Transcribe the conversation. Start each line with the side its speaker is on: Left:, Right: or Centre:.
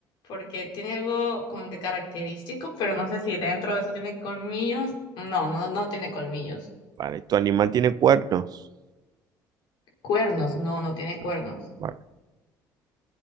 Left: porque tiene algo como que característico, pero no sé si dentro de eso tiene colmillos. No, no, no tiene colmillos.
Right: Vale. ¿Tu animal tiene cuernos?
Left: Cuernos, no, no tiene cuernos.
Right: No. Vale.